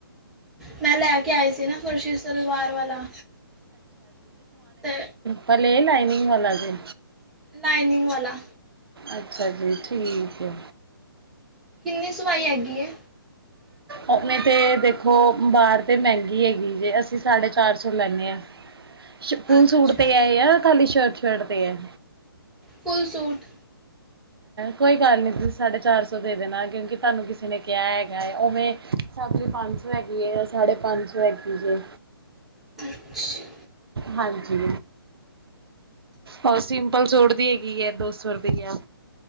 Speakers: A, in the centre; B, on the right.
A: ਮੈਂ ਲੈ ਕੇ ਆਈ ਸੀ ਨਾ, ਫਰਸ਼ੀ ਸਲਵਾਰ ਵਾਲਾ, ਤੇ
B: ਪਲ਼ੇਨ, ਲਾਈਨਿੰਗ ਵਾਲਾ ਜੇ।
A: ਲਾਈਨਿੰਗ ਵਾਲਾ
B: ਅੱਛਾ ਜੀ, ਠੀਕ ਐ
A: ਕਿੰਨੀ ਸਵਾਈ ਹੈਗੀ ਹੈ?
B: ਉਹਨੇ ਤੇ ਦੇਖੋ ਬਾਹਰ ਤੇ ਮਹਿੰਗੀ ਹੈਗੀ ਜੇ, ਅਸੀਂ ਸਾਢੇ ਚਾਰ ਸੌ ਲੈਂਨੇ ਆਂ। ਫੂਲ
A: ਅੱਛਾ
B: ਸੂਟ ਤੇ ਹੈ, ਜਾਂ ਖਾਲੀ ਸ਼ਰਟ-ਸ਼ਰਟ ਤੇ ਹੈ।
A: ਫੁੱਲ ਸੂਟ
B: ਕੋਈ ਗੱਲ ਨੀ ਤੁਸੀਂ ਸਾਢੇ ਚਾਰ ਸੌ ਦੇ ਦੇਣਾ, ਕਿਉਂਕਿ ਤੁਹਾਨੂੰ ਕਿਸੇ ਨੇ ਕਿਹਾ ਹੈਗਾ ਹੈ, ਉਵੇਂ, ਸਬਜ਼ੀ ਪੰਜ ਸੌ ਹੈਗੀ ਹੈ ਸਾਢੇ ਪੰਜ ਸੌ ਹੈਗੀ ਜੇ।
A: ਅੱਛਾ।
B: ਹਾਂਜੀ। ਉਹ ਸਿੰਪਲ ਸੂਟ ਦੀ ਹੈਗੀ ਹੈ ਦੋ ਸੌ ਰੁਪਇਆ।